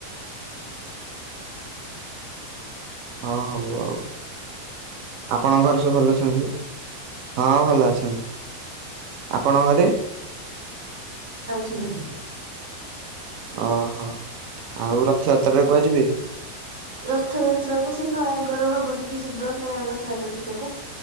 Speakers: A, on the right; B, on the right.
A: ଅ ହବ ଆଉ। ଆପଣଙ୍କ ଘରେ ସବୁ ଭଲ ଅଛନ୍ତି? ହଁ ଭଲ ଅଛନ୍ତି। ଆପଣ ଘରେ?
B: ଛନ୍ତି।
A: ଓହୋ ଆଉ ରଥଯାତ୍ରାରେ କୁଆଯିବେ?
B: ରଥଯାତ୍ରାକୁ ସେ ନୟାଗଡ଼ ହବ ଜଦି ଯିବୁ ରତ୍ନ ୟାଗର ରଥଯାତ୍ରା ଦେଖିବାକୁ।